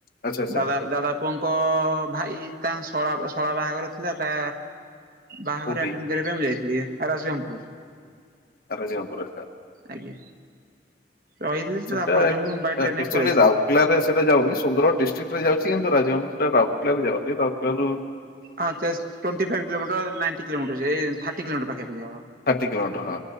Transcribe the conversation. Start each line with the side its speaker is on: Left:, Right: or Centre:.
Left: ଆଚ୍ଛା ଆଚ୍ଛା
Right: ଦାଦା ଦାଦା ପୁଅଙ୍କ ଭାଇ ତାଙ୍କ ଶଳା ବା ଶଳା ବାହାଘର ଥିଲା ତା ବାହାଘର
Left: କୋଉଠି
Right: ଆଟେଣ୍ଡ କରିବା ପାଇଁ ମୁଁ ଯାଇଥିଲି <unintelligible> କୁର୍
Left: ତା ପରେ <unintelligible>
Right: ଆଜ୍ଞା। ରହିଥିଲି
Left: ସେଟା
Right: ତା ପରଦିନ
Left: ଆକ୍ଚୁଆଲି
Right: ପୁଣି ମୁଁ ବାଇ ଟ୍ରେନରେ ପଳେଇ ଆସିଲି।
Left: ରାଉରକେଲାରେ ସେଟା ଯାଉନି ସୁନ୍ଦରଗଡ ଡିଷ୍ଟ୍ରିକ୍ ରେ ଯାଉଛି କିନ୍ତୁ ରାଜ ହେଟା ରାଉରକେଲା ରେ ଯାଉନି ରାଉରକେଲା ରୁ
Right: ହଁ ତେସ୍‌ twenty five kilometre ninety kilometre ସେ ଥାର୍ଟି କିଲୋମିଟର ପାଖାପାଖି ହବ।
Left: ଥାର୍ଟି କିଲୋମିଟର